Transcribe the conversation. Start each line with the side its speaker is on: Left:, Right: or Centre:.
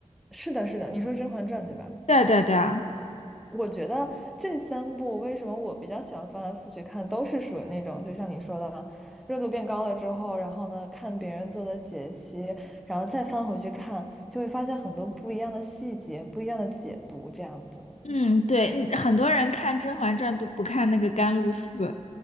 Centre: 是的，是的，你说《甄嬛传》对吧？
Left: 对对对啊。
Centre: 我觉得这三部为什么我比较喜欢翻来覆去看，都是属于那种，就像你说的，热度变高了之后，然后呢，看别人做的解析，然后再翻回去看，就会发现很多不一样的细节、不一样的解读，这样子。
Left: 嗯，
Centre: <laughs>
Left: 对，嗯很多人看《甄嬛传》都不看那个甘露寺，